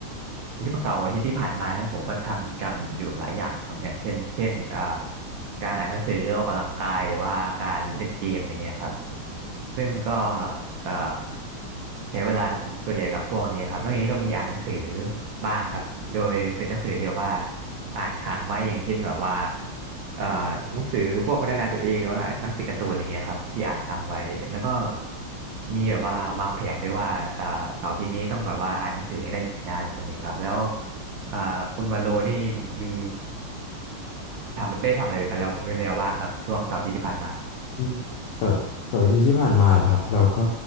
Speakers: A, on the right; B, on the left.
A: ในช่วงเสาร์อาทิตย์ที่ผ่านมาครับผมก็ทำกิจกรรมอยู่หลายอย่างครับอย่างเช่นเช่นอ่าการอ่านหนังสือออกกำลังกายหรือว่าการเล่นเกมอะไรเงี้ยครับซึ่งก็เอ่อใช้เวลาส่วนใหญ่กับพวกนี้ครับนอกจากนี้ก็มีอ่านหนังสือบ้างครับโดยเป็นหนังสือที่แบบว่าอ่านค้างไว้อย่างเช่นแบบว่าเอ่อหนังสือพวกพัฒนาตัวเองหรือว่าหนังสือการ์ตูนอะไรเงี้ยครับที่อ่านค้างไว้แล้วก็ มีแบบว่าวางแผนด้วยว่าเอ่อเสาร์อาทิตย์นี้ต้องแบบว่าอ่านหนังสือให้ได้ได้คนเนี้ยครับแล้วเอ่อคุณวันโลนี่มีทำได้ทำอะไรไปแล้วไปแล้วบ้างครับช่วงเสาร์อาทิตย์ที่ผ่านมา
B: อืมแต่แต่วันที่ที่ผ่านมาเหรอครับเราก็